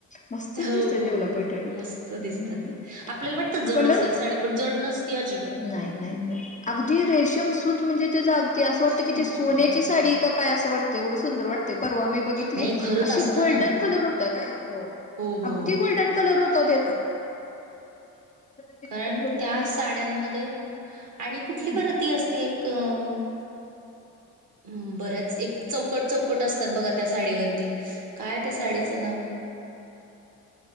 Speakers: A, on the left (about 15°); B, on the right (about 45°).
A: मस्तच
B: हो
A: दिसते
B: हो
A: तेवला
B: हो
A: पैठणी हम्म
B: मस्त दिसतात. आपल्याला वाटतं जड
A: कलर
B: असेल साडी पण जड नसती अजिबात.
A: नाही नाही नाही अगदी रेशम सूत म्हणजे तेजा अगदी असं वाटत
B: सूत
A: कि सोन्याची
B: हा
A: साडी कपाय असं वाटते एवढं सुंदर वाटते परवा मी बघितली.
B: नाही खरंच
A: अशी
B: असतं
A: गोल्डन
B: ना
A: कलर होत काय हो
B: हो,
A: अगदी
B: हो.
A: गोल्डन डन कलर होता त्याचा. माणसाला
B: कारण
A: मध्ये बघितली
B: त्या
A: की नाही
B: साड्यांमध्ये आणि कुठली
A: हम्म.
B: परती असते एक अम्म हम्म बर्याच एक चौकट चौकट असतात बघा त्या साडीवरती काय त्या साडीचं नाव?